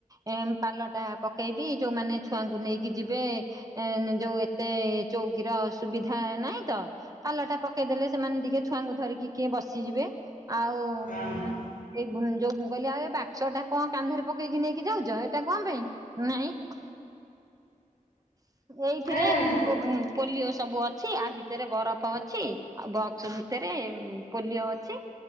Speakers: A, on the right; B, on the left.
A: ଏ ପାଲଟା ପକେଇବି ଯୋଉମାନେ ଛୁ ଛୁଆଙ୍କୁ ନେଇକି ଯିବେ ଏନ ଯୋଉ ଏତେ ଚୌକିର ସୁୁବିଧା ନାହିଁ ତ ପା ଲ ଟା ପକେଇଦେଲେ ସେମାନେ ଟିକେ ଛୁଆଙ୍କୁ ଧରିକି କିଏ ବସିଯିବେ। ଆଉ ଉଁ
B: ହଁ
A: ସେଇ ବୁ ଯୋଉ ମୁଁ କହିଲି ଆଉ ଏ ବାକ୍ସ ଟା କଣ କାନ୍ଧରେ ପକେଇକି ନେଇକି ଯାଉଛ ଏଇଟା କଣ ପାଇଁ ନାଇଁ। ଏଇଥିରେ
B: ଆ ସେ
A: ଉଁ ପୋଲିଓ ସବୁ ଅଛି ଆ ଭିତରେ ବରଫ ଅଛି ଆଉ ବକ୍ସ ଭିତରେ ଉଁ ପୋଲିଓ ଅଛି।